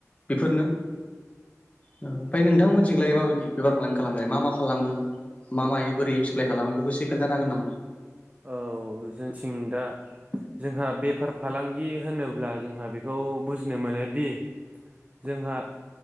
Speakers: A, on the left (about 25°); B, on the right (about 25°).
A: बेफोरनो ओ ओमफाय नोंथांमोनथिलाय माबायदि बेफार फालांगि खालामनाय मा मा खालामो मा मायो बोरै साप्लाय खालामो बेखौ एसे खोन्थानो हागोन नामा?
B: औ जोंथिं दा जोंहा बेफार फालांगि होनोब्ला जोंहा बेखौ बुजिनो मोनोदि जोंहा